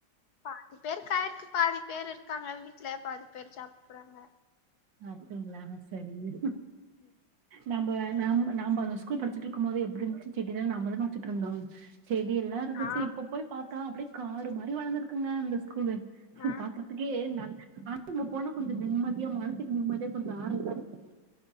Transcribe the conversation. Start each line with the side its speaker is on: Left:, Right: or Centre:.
Left: பாதி பேருக்கு ஆயிக்கு பாதி பேர் இருக் க்காங்க வீட்ல பாதி பேர் ஜாப் போறாங்க
Right: அப்டிங்ளா சரிங்க
Left: ம்
Right: நம்ப நம் நம்ப அந்த ஸ்கூல் படிச்சுட்டு இருக்கும் போது எப்டி இருந்துச்சு, செடிலா நம்பதான வச்சுட்டு இருந்தோ செடி எல்லா இருந்துச்சு
Left: ஆ
Right: இப்ப போய் பாத்தா அப்டியே காடு மாரி வளந்திருக்குங்க அந்த ஸ்கூலு
Left: ஆ
Right: பாக்குறதுக்கே நல்லா, ஆ அங்க போனா கொஞ்சோ நிம்மதியா மனசுக்கு நிம்மதியா கொஞ்சோ ஆறுதலா இருக்கு